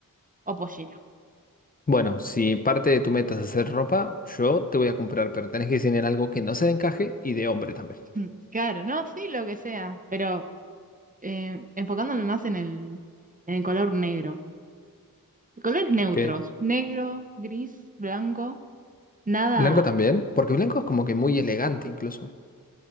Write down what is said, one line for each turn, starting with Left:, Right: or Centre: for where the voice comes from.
Right: o pollera. <laughs>
Left: Bueno, si parte de tu meta es hacer ropa, yo te voy a comprar, pero tenés que diseñar algo que no sea de encaje y de hombre también,
Right: Mm, Claro, no, sí, lo que sea. Pero eh, enfocándome más en el, en el color negro. Colores neutros.
Left: ¿ok?
Right: Negro, gris, blanco. Nada.
Left: Blanco también, porque blanco es como que muy elegante incluso.